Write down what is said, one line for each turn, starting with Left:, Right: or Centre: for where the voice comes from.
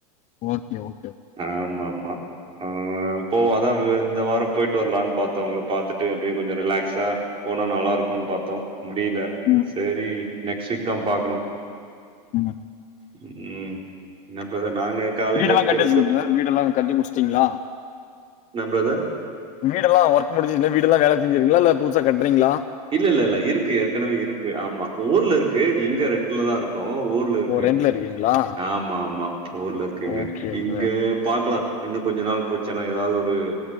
Left: ஓகே ஓகே
Right: ஆமாமா ஆ போவோ அதா இந்த வார பொயிட்டு வர்லானு பாத்தோ ஒங்கள பாத்துட்டு அப்டியே கொஞ்ச ரிலாக்ஸா போனா நல்லா இருக்குன் பாத்தோ முடியில
Left: ம்,
Right: சேரி நெக்ஸ்ட் வீக் தா பாக்குனு
Left: ம்
Right: ம் என்னா பிரதர் நாங்க காலையில
Left: வீடெல்லா கட்டியாச்சா
Right: ட து
Left: பிரதர் வீடெல்லா கட்டி முடிச்சிடீங்ளா
Right: என்னா பிரதர்
Left: வீடெல்லா ஒர்க் முடிஞ்சதே வீடெல்லா வேல செஞ்சிர்க்கீங்களா இல்ல புதுசா கட்றீங்களா
Right: இல்லல்ல இல்ல இருக்கு ஏற்கனவே இருக்கு ஆமா ஊர்ல இருக்கு இங்க ரெண்ட்ல தா இருக்கோ ஊர்ல இருக்கு
Left: ஓ ரெண்ட்ல இருக்கீங்களா
Right: ஆமாமா ஊர்ல இருக்குங்க
Left: ஓகே
Right: இங்க
Left: பிரதர்.
Right: பாக்லா இன்னு கொஞ்ச நாள் போச்சின்னா எதாது ஒரு